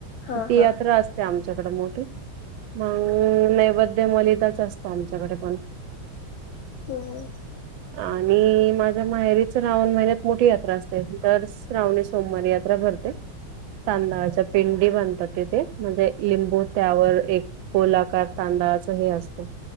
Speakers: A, on the left; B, on the right.
A: हा
B: तियात्रा
A: हा
B: असते आमच्याकडे मोठी मग नैवेद्य मलिदाच असते. आमच्याकडे पण
A: हम
B: आणि माझ्या मायरीच लावण महिन्यात मोठी यात्रा असते तर श्रवणे सोमवारी यात्रा भरते. तांदळाच्या पिंडी बनतात तिथे म्हणजे लिंबू त्यावर एक कोलाकार तांदळाच हे असत.